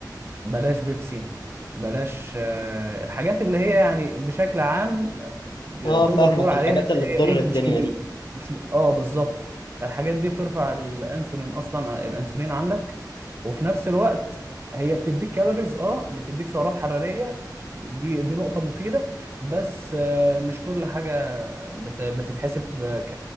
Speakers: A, on the right; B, on the left.
A: بلاش بيبسي بلاش آه، الحاجات اللي هي يعني بشكل عام آه،
B: اه
A: تقدر
B: فاهمك
A: تقول عليها
B: الحاجات
A: ان
B: اللي تضر
A: هي ايه
B: الدنيا
A: مش كليه
B: دي
A: مش اه بالظبط الحاجات دي بترفع الانسولين اصلا آه، الانسولين عندك وفي نفس الوقت هي بتديك كالوريز اه بتديك سعرات حراريه دي دي نقطه مفيده بس آه، مش كل حاجه بت- بتتحسب ك